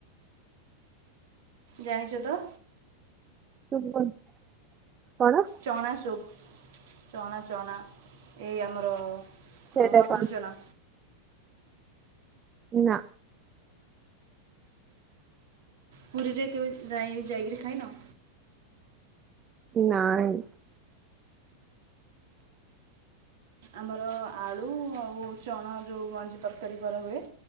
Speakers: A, on the right (about 55°); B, on the right (about 25°).
A: ଜାଣିଚ ତ।
B: ଶବୁନି କଣ
A: ଚଣା ସୁପ୍ ଚଣା ଚଣା ଏଇ ଆମର
B: ସେଇଟା
A: ଅଁ ମଟର
B: କଣ
A: ଚଣା।
B: ନାଁ।
A: ପୁରିରେ କେବେ ଯାଇ-ଯାଇକିରି ଖାଇନ?
B: ନାଇଁ।
A: ଆମର ଆଳୁ ଆଉ ଚଣ ଯୋଉ ମଞ୍ଜି ତରକାରୀ କରା ହୁଏ।